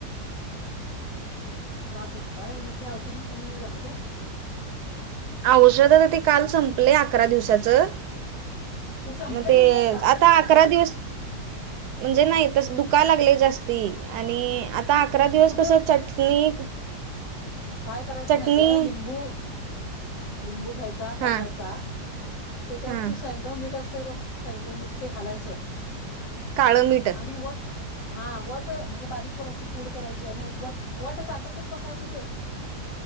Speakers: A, on the left; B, on the right.
A: त्रास होत हो काय मग ते औषध ना कमी नाही झालं काय?
B: औष दादा ते काल संपले अकरा दिवसाचं
A: संपल्यानंतर
B: मग ते
A: त्रास चालू
B: आता
A: झाला
B: अकरा
A: परत?
B: दिवस म्हणजे नाही तस दुखा लागले जास्ती आणि आता अकरा दिवस
A: कुठं
B: कसं चटणी
A: काय करायचं
B: चटणी
A: माहितय लिंबू लिंबू घ्यायचा कापायचा.
B: हा
A: त्याच्यावरती
B: हा
A: सैंदव मीठ असते ब सैंदव मीठ ते घालायचं.
B: काळं मीठ
A: आणि वट हा वट म्हणजे बारीक करायची पूड करायची आणि ग वट चाटातच बसायचं ते